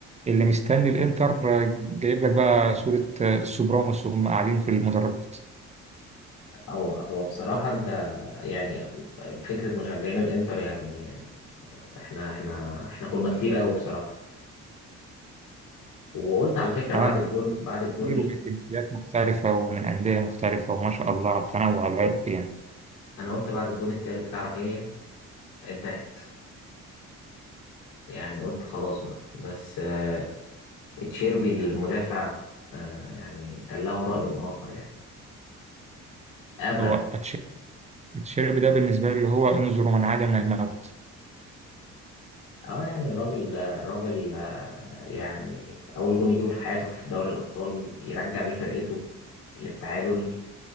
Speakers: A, on the right; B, on the left.
A: اللي مستني الانتر آه، جايب لك بقى صوره آه، سوبرانوس وهم قاعدين في المدرجات
B: هو هو بصراحة انت يعني فكرة مشجعين الانتر يعني احنا احنا احنا كنا كتير قوي بصراحة وقلت على فكرة
A: عالم
B: بعد الجون بعد الجون
A: كتير ومن جنسيات مختلفه ومن انديه مختلفه وما شاء الله على التنوع العرقي يعني
B: انا قلت بعد الجون التالت بتاع رافينيا انتهت يعني قلت خلاص بقى بس آه تشيربي المدافع آه يعني كان له رأي آخر يعني أبى
A: هو أتش- اتشيربي ده بالنسبه لي اللي هو انظروا من عاد من الموت
B: اه يعني الراجل آه، الراجل آه، يعني أول جون يجيبه في حياته في دوري الأبطال يرجع بيه فرقته للتعادل